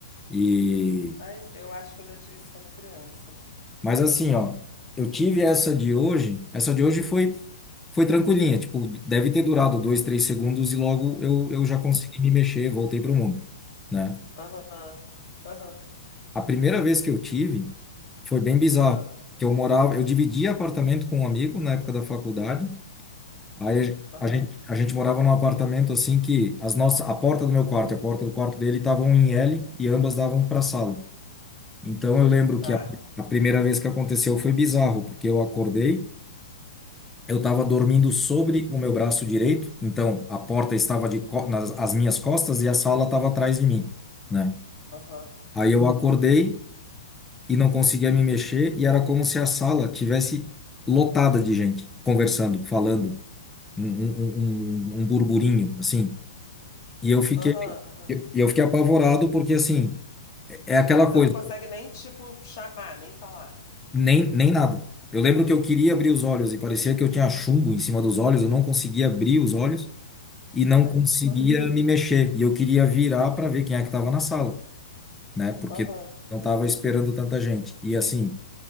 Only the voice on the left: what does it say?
Ai, eu acho que eu já tive isso quando criança.
Mesmo?
Aham, aham,
aham,
aham,
tá,
aham,
aham.
Aham, aham.
Você
não consegue nem, tipo, chamar, nem falar.
Ai,
que pânico.
Aham.